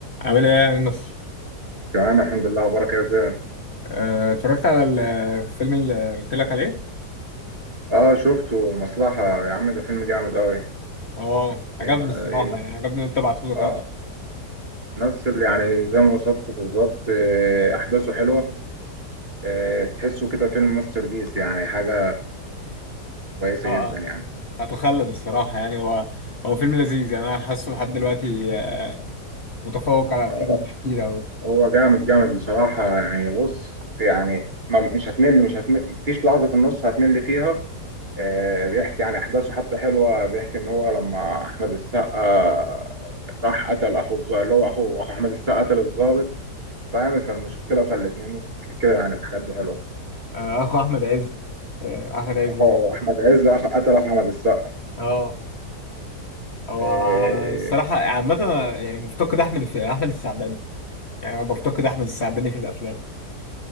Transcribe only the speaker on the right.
تمام الحمد لله وبارك يا زين
اه شفته مصلحة يا عم ده فيلم جامد قوي
ينا-
ينا-
اه
نفس اللي يعني زي ما وصفته بالظبط آه، احداثه حلوة آه، تحسه كده فيلم ماستر بيس يعني حاجة كويسة
جدا يعني
اه
هو جامد جامد بصراحة يعني بص في يعني ما مش هتمل مش هتمل مفيش لحظة في النص هتمل فيها آه، بيحكي يعني أحداثه حتى حلوة بيحكي إن هو لما أحمد السقا راح قتل أخو الظابط اللي هو أخو أخو أحمد السقا قتل الظابط فاهم فالمشكلة فالاتنين كده يعني الحاجات دي حلوة
هو
أحمد عز أخ- قتل أخو أحمد السقا
إيه،